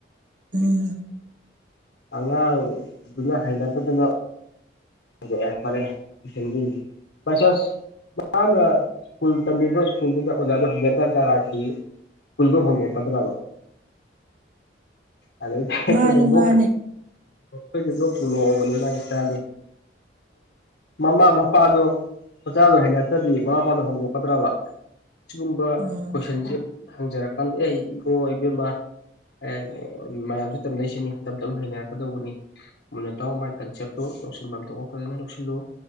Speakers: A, on the right (about 45°); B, on the left (about 65°).
A: ꯎꯝ
B: ꯑꯗꯨꯅ ꯍꯩꯩꯅꯇ ꯑꯗꯨꯅꯣ ꯑꯣ ꯑꯦꯀꯄꯔꯦ ꯏꯟꯒ ꯄꯥꯏ ꯆꯥꯁ ꯃꯥꯅ ꯁ꯭ꯀꯨꯜ ꯇꯝꯃꯤꯕ ꯁ꯭ꯀꯨꯜꯗꯨꯗ ꯑꯣꯖꯥꯗꯨꯣ ꯍꯦꯟꯒ ꯇ ꯇꯔꯥꯈꯤ ꯍꯜꯒꯣ ꯍꯜꯒꯣ ꯐꯗ꯭ꯔꯕ ꯑꯗꯩꯗꯤ ꯑꯩꯈꯣꯏꯅꯣꯛ
A: ꯃꯥꯅꯤ ꯃꯥꯅꯤ
B: ꯑꯩꯈꯣꯏꯗꯤ ꯂꯣꯛꯄꯨ ꯂꯣꯛꯑꯕꯅꯦ ꯃꯥꯒꯤ ꯏꯟꯗꯤ ꯃꯃꯥ ꯃꯄꯥꯗꯣ ꯃꯆꯥꯗꯨꯣ ꯍꯩꯅꯔꯛꯇ꯭ꯔꯗꯤ ꯃꯃꯥ ꯃꯄꯥꯗꯨ ꯍꯣꯡꯗꯣꯛꯀꯗ꯭ꯔꯕ ꯁꯤꯒꯨꯝꯕ
A: ꯎꯝ
B: ꯀꯣꯏꯁꯟꯁꯤ ꯍꯪꯖꯔꯀꯥꯟꯗ ꯑꯩ ꯏꯕꯨꯡꯉ ꯏꯕꯦꯝꯃ ꯑꯦ ꯃꯌꯥꯝꯁꯨ ꯇꯝꯅꯣꯏꯁꯤꯅꯤ ꯇꯞ ꯇꯞꯅ ꯍꯩꯅꯔꯛꯀꯗꯧꯕꯅꯤ ꯃꯅꯇꯥꯎ ꯃꯥꯏ ꯀꯟꯁꯦꯞꯇꯣ ꯂꯧꯁꯤꯟꯐꯝ ꯊꯣꯛꯄ ꯐꯖꯅ ꯂꯧꯁꯤꯜꯂꯨ